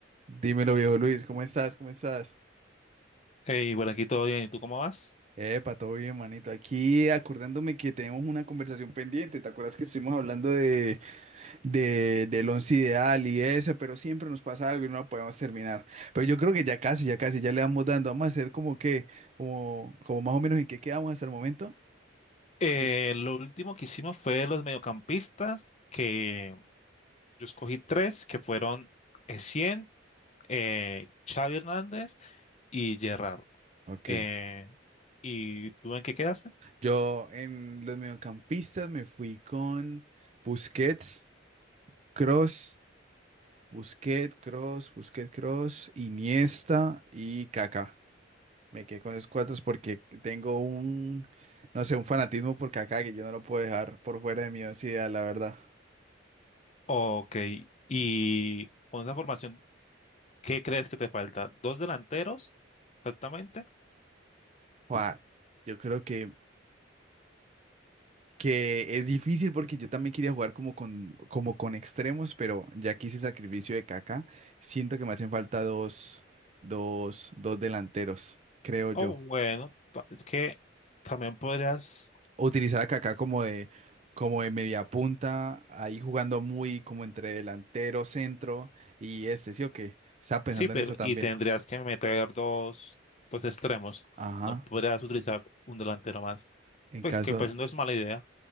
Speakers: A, on the right; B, on the left.
A: Dímelo, viejo Luis, ¿cómo estás? ¿Cómo estás?
B: Hey, bueno, aquí todo bien. ¿Y tú cómo vas?
A: Epa, todo bien, manito. Aquí acordándome que tenemos una conversación pendiente. ¿Te acuerdas que estuvimos hablando de, de, del once ideal y eso? Pero siempre nos pasa algo y no la podemos terminar. Pero yo creo que ya casi, ya casi, ya le vamos dando. Vamos a hacer como que, como, como más o menos en qué quedamos hasta el momento.
B: Eh,
A: Des-
B: lo último que hicimos fue los mediocampistas, que yo escogí tres, que fueron Essien, eh, Xavi Hernández y Gerrard.
A: Ok.
B: Eh, ¿y tú en qué quedaste?
A: Yo en los mediocampistas me fui con Busquets, Cross. Busquets, Cross, Busquets, Cross, Iniesta y Kaká. Me quedé con esos cuatro porque tengo un, no sé, un fanatismo por Kaká que yo no lo puedo dejar por fuera de mi once ideal, la verdad.
B: Ok, y con esa formación, ¿qué crees que te falta? ¿Dos delanteros exactamente?
A: Jua, yo creo que, que es difícil porque yo también quería jugar como con, como con extremos, pero ya que hice el sacrificio de Kaká, siento que me hacen falta dos, dos, dos delanteros, creo yo.
B: O bueno, ta- es que también podrías
A: utilizar a Kaká como de, como de media punta, ahí jugando muy como entre delantero, centro y este, ¿sí o qué? Estaba pensando
B: Sí, pero
A: en eso también.
B: y tendrías que meter dos, dos extremos.
A: Ajá,
B: No podrías utilizar un delantero más.
A: en
B: Pues
A: caso,
B: que pues no es mala idea.